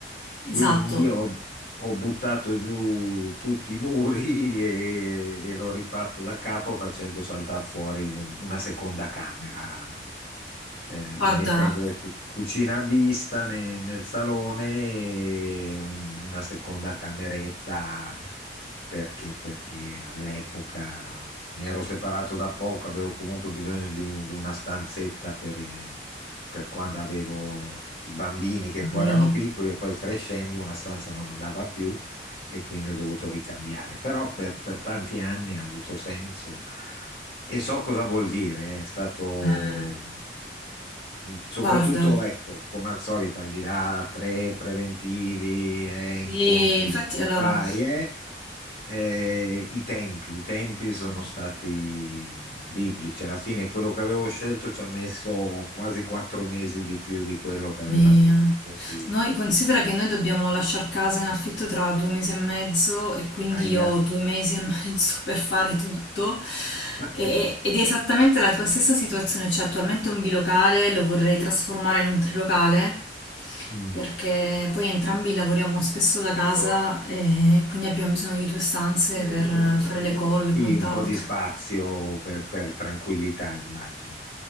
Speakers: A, on the left (about 85°); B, on the left (about 60°).
A: esatto.
B: Quindi ho, ho buttato giù tutti i muri <laughs> e, e l'ho rifatto da capo facendo saltare fuori un- una seconda camera, eh,
A: Guarda,
B: mettendo cu- cucina a vista ne- nel salone e un- una seconda cameretta perché, perché all'epoca mi ero separato da poco, avevo comunque bisogno di, un- di una stanzetta per, eh, per quando avevo i bambini che
A: bambini,
B: poi erano piccoli e poi crescendo una stanza non andava più e quindi ho dovuto ricambiare. Però per, per tanti anni ha avuto senso e so cosa vuol dire, eh, è stato
A: eh,
B: Mm, Soprattutto,
A: guarda,
B: ecco, come al solito, al di là tre preventivi e
A: sì,
B: incontri
A: infatti
B: di
A: allora
B: pari, eh, eh, i tempi, i tempi sono stati biblici. Alla fine quello che avevo scelto ci ha messo quasi quattro mesi di più di quello che aveva
A: Mia.
B: detto. Quindi,
A: Noi considera che noi dobbiamo lasciare casa in affitto tra due mesi e mezzo e quindi
B: aia.
A: io ho due mesi e <laughs> mezzo per fare tutto
B: <laughs>
A: E- ed è esattamente la tua stessa situazione, cioè attualmente un bilocale lo vorrei trasformare in un trilocale
B: Mm.
A: perché poi entrambi lavoriamo spesso da casa e quindi abbiamo bisogno di due stanze per fare le call e
B: Sì,
A: quant'altro.
B: un po' di spazio per, per tranquillità, immagino.